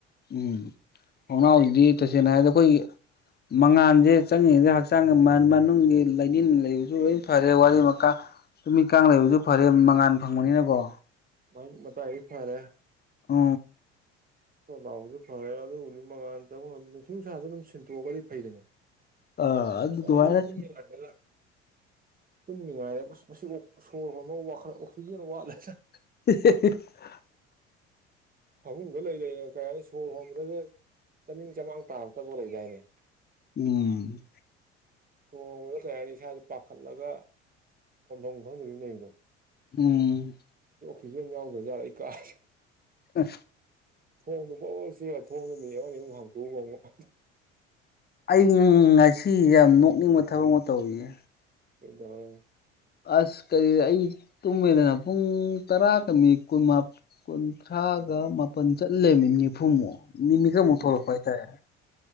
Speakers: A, on the left (about 30°); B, on the right (about 25°).
A: ꯎꯝ ꯊꯣꯡꯅꯥꯎ ꯖꯤꯗꯤ ꯇꯁꯦꯡꯅ ꯍꯥꯏꯗꯤ ꯑꯩꯈꯣꯏꯒꯤ ꯃꯉꯥꯟꯁꯦ ꯆꯪꯉꯤꯉꯗ ꯍꯛꯆꯥꯡꯒꯤ ꯃꯅꯨꯡꯒꯤ ꯂꯥꯏꯅꯤꯡ ꯂꯩꯕꯁꯨ ꯂꯣꯏ ꯐꯔꯦ ꯋꯥꯔꯤ ꯃꯥ ꯅꯨꯃꯤꯠ ꯀꯥꯡ ꯂꯩꯕꯁꯨ ꯐꯔꯦ ꯃꯉꯥꯟ ꯐꯪꯕꯅꯤꯅꯀꯣ
B: ꯋꯥ ꯃ ꯇꯏ ꯐꯔꯦ
A: ꯎ
B: ꯂꯥꯎꯁꯨ ꯐꯔꯦ ꯑꯗꯨ ꯅꯨꯃꯤꯠ ꯃꯉꯥꯅꯤ ꯆ ꯅꯨꯡꯁꯤ ꯅꯨꯡꯁꯥꯁꯨ ꯑꯗꯨꯝ ꯁꯤꯟꯇꯣꯛꯑꯒꯗꯤ ꯐꯩꯗꯅ
A: ꯑ ꯑꯗꯨꯃꯥꯏꯅ
B: ꯑꯁ ꯏꯗꯤ ꯇꯨꯝꯃꯤ ꯂꯗꯂ ꯄꯨꯟꯃꯤꯉꯥꯏꯔ ꯃꯁꯤ ꯁꯣꯔ ꯍꯨꯝ ꯋꯥꯈꯠꯂ ꯑꯣꯛꯁꯤꯖꯦꯟ ꯋꯥꯠꯂꯦ
A: <unintelligible>
B: ꯐꯥꯃꯨꯡꯒ ꯂꯩ ꯂꯩꯔ ꯀꯩ ꯍꯥꯏꯅꯤ ꯁꯣꯔ ꯍꯣꯟꯕꯗꯒ ꯆꯃꯤꯡ ꯆꯃꯥꯡ ꯇꯥ ꯍꯞꯇꯕꯨ ꯂꯩꯗꯥꯏꯅꯦ
A: ꯎꯝ
B: ꯁꯨꯍꯣꯡꯕꯗ ꯀꯩ ꯍꯥꯏꯅꯤ ꯏꯁꯥꯥꯁꯦ ꯄꯥꯈꯠꯂꯒ ꯀꯣꯟꯊꯣꯡ ꯈꯪꯗꯕꯤ ꯃꯕꯗꯣ
A: ꯎꯝ
B: ꯐꯤꯖꯦꯟ ꯌꯥꯎꯗ꯭ꯔꯖꯥꯔꯛ ꯑꯩ ꯀꯥꯦ
A: ꯑ
B: ꯊꯣꯡꯗꯨꯣ ꯄꯥꯎ ꯆꯦꯕ ꯊꯣꯡꯗꯣ ꯃꯤ ꯑꯃꯅꯤ ꯑꯃꯨꯛ ꯍꯥꯡꯇꯣꯛꯎ ꯉ ꯑꯃꯛ
A: ꯑ ꯉꯁꯤ ꯌꯥꯝ ꯅꯣꯛꯅꯤꯡꯕ ꯊꯕꯛ ꯑꯃ ꯇꯧꯋꯌꯦ
B: ꯑꯦꯗꯝꯃ
A: ꯑꯁ ꯀꯔꯤ ꯑꯩ ꯇꯨꯝꯃꯤꯗꯅ ꯄꯨꯡ ꯇꯔꯥꯒ ꯃꯤ ꯀꯨꯟ ꯀꯨꯟ ꯊ꯭ꯔꯥꯒ ꯃꯥꯄꯟ ꯆꯠꯂꯦ ꯃꯤꯠ ꯅꯤꯐꯨꯃꯨꯛ ꯃꯤ ꯃꯤꯈꯃꯨꯛ
B: ꯎꯝ
A: ꯊꯣꯛꯂꯛꯄ ꯍꯥꯏꯇꯥꯔꯦ